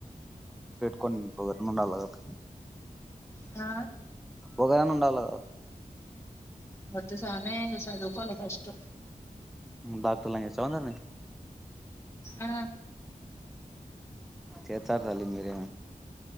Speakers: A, in the centre; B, on the left.
A: కొన్ని పొగరు ముండలు కదక్క
B: ఆ
A: ఒకరైనా ఉండాలి కదా
B: వద్దు సామీ సదువుకోళ్ల ఫస్ట్
A: డాక్టర్లే చవందా
B: అ
A: చెచ్చారు తల్లి మీరేమో